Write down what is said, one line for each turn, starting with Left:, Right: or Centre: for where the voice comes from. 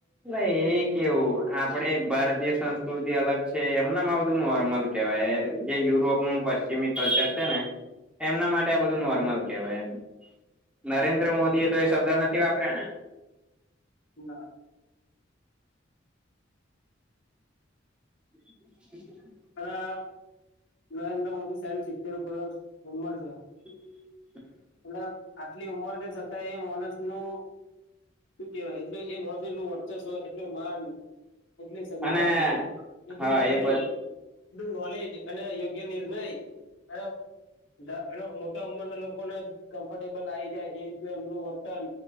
Centre: એ કેવું, આપણે ભારતીય સંસ્કૃતિ અલગ છે એમના આવ નોર્મલ કેવાય. જે યુરોપનું પશ્ચિમી કલ્ચર છે ને, એમના માટે આ બધું નોર્મલ કેહેવાય એમ. નરેન્દ્ર મોદીએ તો એ શબ્દ નથી વાપર્યા ને.
Left: ના.
Centre: <inaudible>
Left: અને નરેન્દ્ર મોદી સાહેબ સિત્તેર ઉપર ઉંમર છે.
Centre: <unintelligible>
Left: અલ્યા આ એટલી ઉંમર છે. છતાંય એ મોણસનું શુ કહેવાય? એટલે એ મોણસ એટલું વર્ચસ્વ, એટલું માન, એટલી સમજન,
Centre: અને
Left: એટલું
Centre: હા
Left: નોલેજ
Centre: એ બ
Left: એનું નોલેજ અને યોગ્ય નિર્ણય અને મોટા ઉંમરના લોકોને કમ્ફર્ટેબલ આવી જાય એ રીત એમનું વર્તન